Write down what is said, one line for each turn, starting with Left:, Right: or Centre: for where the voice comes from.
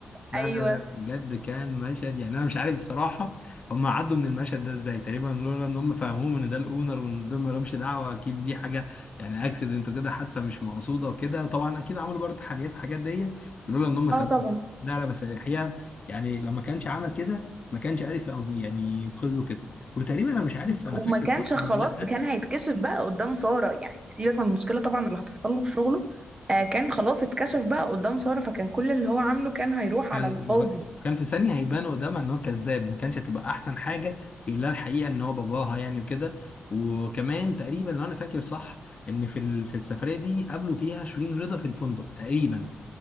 Left: لا
Right: ايوه
Left: لا لا بجد كان مشهد يعني انا مش عارف الصراحه هم عدوا من المشهد ده ازاي تقريبا لولا ان هم فهموه ان ده الاونر وان دول ما لهمش دعوه اكيد دي حاجه يعني اكسيدنت وكده حادثه مش مقصوده وكده طبعا اكيد عملوا برضه تحليات الحاجات دي لولا ان هم سابوه
Right: اه طبعا
Left: لا لا بس الحقيقه يعني لو ما كانش عمل كده ما كانش عارف يعني ينقذه كده وتقريبا انا مش عارف انا
Right: وما
Left: فاكر
Right: كانش
Left: صح ولا
Right: خلاص
Left: لا
Right: كان هيتكشف بقى قدام سارة يعني سيبك من المشكلة طبعا اللي هتحصل له في شغله آه كان خلاص اتكشف بقى قدام سارة فكان كل اللي هو عامله كان هيروح
Left: كان
Right: على الفاضي
Left: بغ... كان في ثانيه هيبان قدامها ان هو كذاب ما كانش هتبقى احسن حاجه يقول لها الحقيقه ان هو باباها يعني وكده وكمان تقريبا لو انا فاكر صح ان في ال... في السفريه دي قابلوا فيها شيرين رضا في الفندق تقريبا